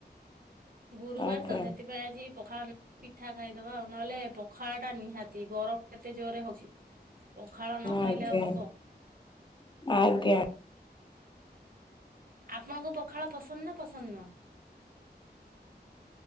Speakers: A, on the right; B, on the left.
A: ଗୁରୁବାର
B: ଆଜ୍ଞା
A: ତ ସେଥିପାଇଁ ଆଜି ପଖାଳ ପିଠା ଖାଇଦବା ଆଉ ନହେଲେ ପଖାଳଟା ନିହାତି ଗରମ କେତେ ଜୋରରେ ହଉଚି। ପଖାଳ ନ ଖାଇଲେ
B: ଆଜ୍ଞା
A: ଆଉ ହବ।
B: ଆଜ୍ଞା
A: ଆପଣଙ୍କ ପଖାଳ ପସନ୍ଦ ନା ପସନ୍ଦ ନୁହଁ?